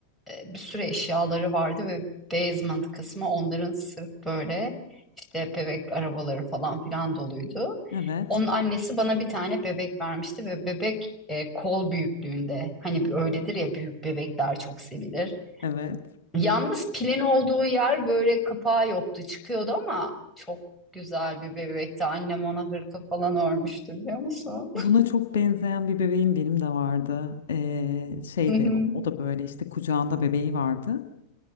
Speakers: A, in the centre; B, on the left.
A: e, bir sürü eşyaları vardı ve basement kısmı onların sırf böyle işte bebek arabaları falan filan doluydu.
B: Evet.
A: Onun annesi bana bir tane bebek vermişti ve bebek e, kol büyüklüğünde. Hani bir öyledir ya büyük bebekler çok sevilir.
B: Evet.
A: Yalnız pilin olduğu yer böyle kapağı yoktu çıkıyordu ama çok güzel bir bebekti. Annem ona hırka falan örmüştü biliyor musun?
B: Buna çok benzeyen bir bebeğim benim de vardı. Ee, şeydi
A: <laughs> Hı hı.
B: o o da böyle işte kucağında bebeği vardı.